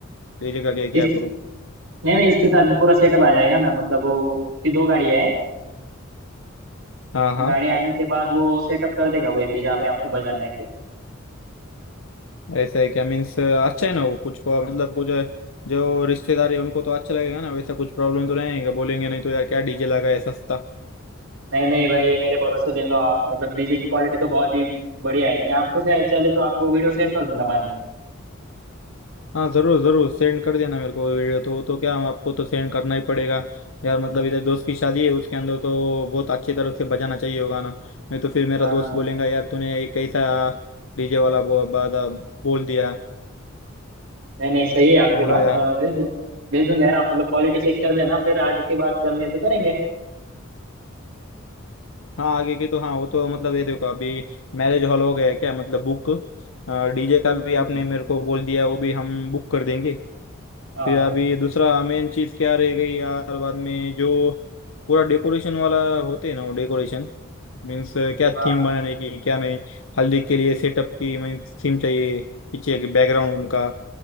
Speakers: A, on the left; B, on the right.
A: डीजे का क्या क्या
B: इसकी
A: करूँ
B: नहीं नहीं इसके साथ पूरा सेटअप आ जाएगा ना मतलब वो उसकी दो गाड़ियाँ है
A: हाँ हाँ
B: गाड़ी आने के बाद वो सेटअप कर देगा वहीं पे जहाँ पे आपको बजाना है फिर
A: ऐसा है क्या मीन्स अच्छा है ना वो कुछ को मतलब कुछ जो रिश्तेदार है उनको तो अच्छा लगेगा ना वैसा कुछ प्रॉब्लम तो नहीं आएगा बोलेंगे नहीं तो यार क्या डीजे लगा है सस्ता
B: नहीं नहीं भाई मेरे भरोसे ले लो आप मतलब डीजे की क्वालिटी तो बहुत ही बढ़िया है मैं आपको शायद चले तो आपको वीडियो सेंड कर दूंगा बाद में
A: हाँ जरूर जरूर सेंड कर देना मेरे को वीडियो तो तो क्या हम आपको तो सेंड करना ही पड़ेगा यार मतलब इधर दोस्त की शादी है उसके अंदर तो बहुत अच्छी तरह से बजाना चाहिए होगा ना नहीं तो फिर मेरा
B: हाँ।
A: दोस्त बोलेगा यार तूने एक कैसा डीजे वाला बो, बादा बोल दिया
B: नहीं नहीं सही है आपकी
A: बुलाया
B: बात अ, भेज दूँ भेज दूंगा यार आप मतलब क्वालिटी चेक कर लेना फिर आगे की बात करनी हो तो करेंगे
A: हाँ आगे की तो हाँ वो तो मतलब ये देखो अभी मैरिज हॉल हो गया है क्या मतलब बुक डीजे का
B: हम्म,
A: भी आपने
B: हम्म।
A: मेरे को बोल दिया वो भी हम बुक कर देंगे
B: हाँ
A: फिर अभी दूसरा मेन चीज क्या रह गई यार बाद में जो पूरा डेकोरेशन वाला होते हैं ना वो डेकोरेशन मीन्स क्या
B: हाँ
A: थीम बनाने की क्या नहीं हल्दी के लिए सेटअप की मीन्स थीम चाहिए पीछे बैकग्राउंड उनका